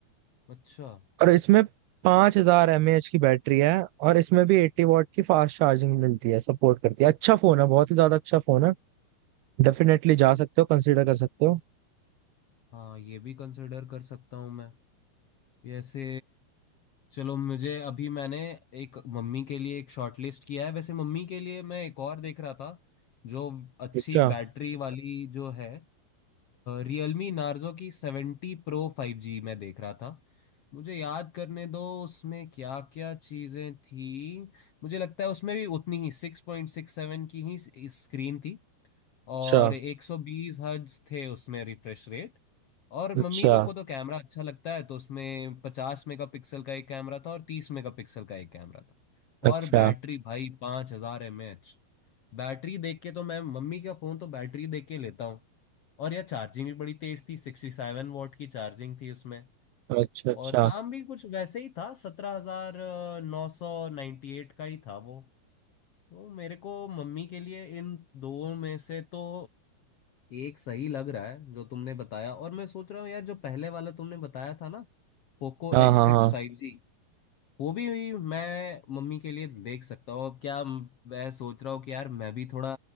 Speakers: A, on the left; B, on the right.
A: अच्छा
B: और इसमें पाँच हजार एम ए एच की बैटरी है और इसमें भी एट्टी वॉट की फास्ट चार्जिंग मिलती है सपोर्ट करती है अच्छा फोन है बहुत ही ज्यादा अच्छा फोन है डेफिनेटली जा सकते हो कंसिडर कर सकते हो
A: हाँ ये भी कंसिडर कर सकता हूँ मैं जैसे चलो मुझे अभी मैंने एक मम्मी के लिए एक शॉर्ट लिस्ट किया है वैसे मम्मी के लिए मैं एक और देख रहा था जो अच्छी
B: अच्छा
A: बैटरी वाली जो है रियलमी नार्जो की सेवेंटी प्रो फाइव जी मैं देख रहा था मुझे याद करने दो उसमें क्या क्या चीजें थी मुझे लगता है उसमें भी उतनी ही सिक्स पॉइंट सिक्स सेवन की ही स्क्रीन थी और
B: अच्छा
A: एक सौ बीस हर्ट्ज थे उसमें रिफ्रेश रेट और
B: अच्छा
A: मम्मी लोग को तो कैमरा अच्छा लगता है तो उसमें पचास मेगापिक्सल का एक कैमरा था और तीस मेगापिक्सल का एक कैमरा था
B: अच्छा
A: और बैटरी भाई पांच हजार एम एच बैटरी देख के तो मैं मम्मी का फोन तो बैटरी देख के लेता हूँ और यह चार्जिंग भी बड़ी तेज थी सिक्सटी सेवन वॉट की चार्जिंग थी उसमें
B: अच्छा अच्छा
A: और दाम भी कुछ वैसे ही था सत्रह हजार नौ सौ नाइन्टी एट का ही था वो तो मेरे को मम्मी के लिए इन दो में से तो एक सही लग रहा है जो तुमने बताया और मैं सोच रहा हूँ यार जो पहले वाला तुमने बताया था ना Poco
B: हाँ
A: X
B: हाँ
A: six
B: हाँ
A: five G वो भी मैं मम्मी के लिए देख सकता हूँ अब क्या म- मैं सोच रहा हूँ कि यार मैं भी थोड़ा